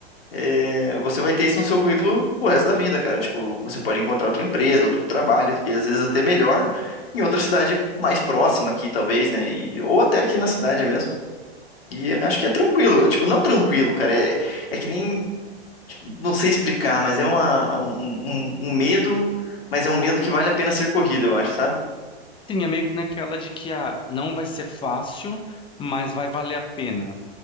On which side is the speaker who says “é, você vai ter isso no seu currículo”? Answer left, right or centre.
Left